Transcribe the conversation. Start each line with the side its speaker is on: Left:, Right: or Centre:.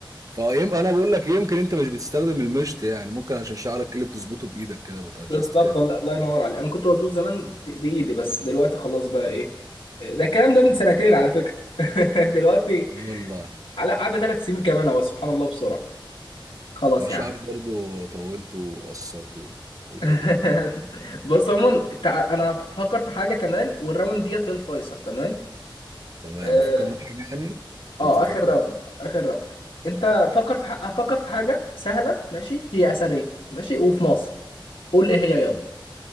Right: فيم انا بقول لك يمكن انت مش بتستخدم المشط يعني ممكن عشان شعرك اللي بتظبطه بايدك كده بتادجست
Left: بالظبط
Right: كده بإيدك.
Left: الله الله ينور عليك انا كنت مظبوط زمان في- بايدي بس دلوقتي خلاص بقى ايه ده الكلام ده من سنتين على فكره <laughs> دلوقتي
Right: لا والله
Left: على قعدة ثلاث سنين كمان اهو سبحان الله بسرعه خلاص
Right: انا شعري
Left: يا عم
Right: برضو طولته وقصرته وكده
Left: <laughs>
Right: بقى
Left: بص عموما تع... انا فكر في حاجه كمان والراوند ديت هي الفيصل تمام
Right: تمام
Left: اه
Right: افكر انا في حاجه يعني
Left: آه،
Right: ولا تتفكر
Left: اخر راوند اخر راوند انت فكر في ح... فكر في حاجه سهله ماشي هي اثريه ماشي وفي مصر قول ايه هي يلا